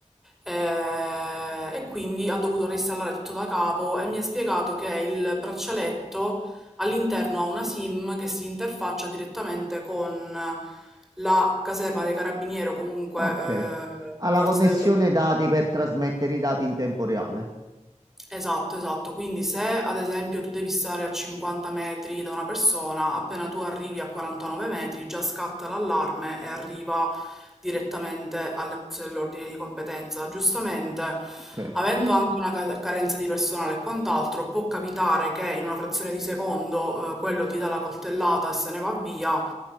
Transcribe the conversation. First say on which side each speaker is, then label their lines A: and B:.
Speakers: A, in the centre; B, on the right (about 30°).
A: Eh, e quindi ha dovuto reinstallare tutto da capo e mi ha spiegato che il braccialetto all'interno ha una SIM che si interfaccia direttamente con la caserma dei carabinieri o comunque
B: Ok.
A: eh, le
B: Ha la
A: forze
B: connessione
A: dell'ordine.
B: dati per trasmettere i dati in tempo reale.
A: Esatto, esatto. Quindi se ad esempio tu devi stare a 50 metri da una persona, appena tu arrivi a 49 metri già scatta l'allarme e arriva direttamente alle forze dell'ordine di competenza. Giustamente,
B: Ok.
A: avendo anche una ca- carenza di personale e quant'altro, può capitare che in una frazione di secondo, eh, quello ti dà la coltellata e se ne va via.